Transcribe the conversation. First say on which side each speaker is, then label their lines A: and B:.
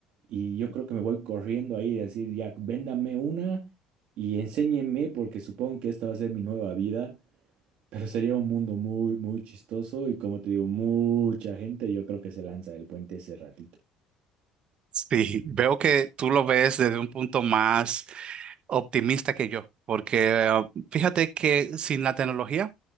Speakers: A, on the right (about 70°); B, on the right (about 50°).
A: Y yo creo que me voy corriendo ahí y decir, ya, véndame una y enséñenme, porque supongo que esta va a ser mi nueva vida. Pero sería un mundo muy, muy chistoso y como te digo, mucha gente yo creo que se lanza del puente ese ratito.
B: Sí, veo que tú lo ves desde un punto más optimista que yo, porque uh, fíjate que sin la tecnología